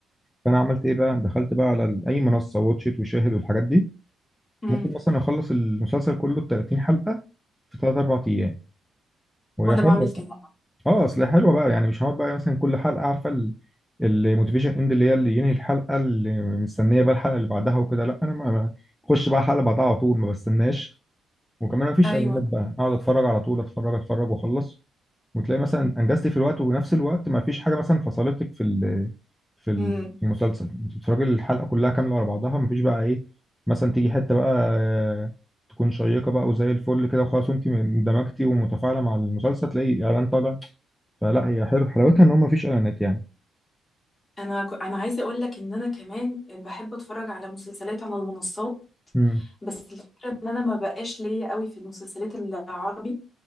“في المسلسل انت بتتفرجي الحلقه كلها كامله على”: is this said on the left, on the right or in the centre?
Centre